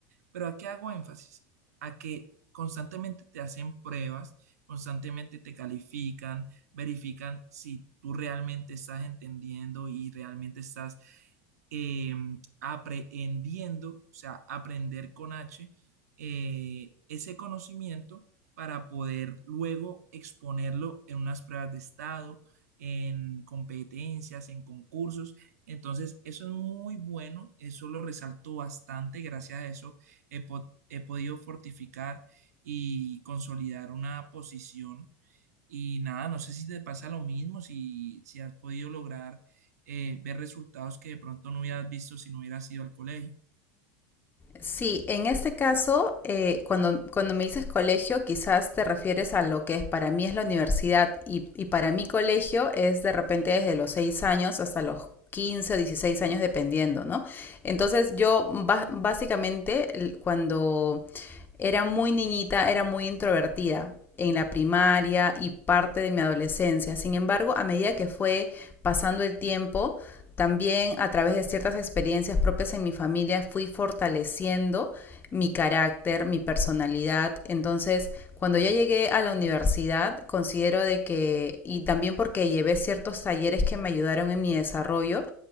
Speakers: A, on the right; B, on the left.
A: Pero ¿a qué hago énfasis? A que constantemente te hacen pruebas, constantemente te califican, verifican si tú realmente estás entendiendo y realmente estás eh, aprehendiendo, o sea, aprender con H, eh, ese conocimiento para poder luego exponerlo en unas pruebas de estado, en competencias, en concursos. Entonces, eso es muy bueno, eso lo resalto bastante, gracias a eso he, po- he podido fortificar y consolidar una posición. Y nada, no sé si te pasa lo mismo, si, si has podido lograr eh, ver resultados que de pronto no hubieras visto si no hubieras ido al colegio.
B: Sí, en este caso, eh, cuando, cuando me dices colegio, quizás te refieres a lo que es, para mí es la universidad y, y para mi colegio es de repente desde los 6 años hasta los 15, o 16 años dependiendo, ¿no? Entonces yo ba- básicamente l- cuando era muy niñita, era muy introvertida en la primaria y parte de mi adolescencia. Sin embargo, a medida que fue pasando el tiempo, también a través de ciertas experiencias propias en mi familia fui fortaleciendo mi carácter, mi personalidad. Entonces, cuando yo llegué a la universidad, considero de que, y también porque llevé ciertos talleres que me ayudaron en mi desarrollo,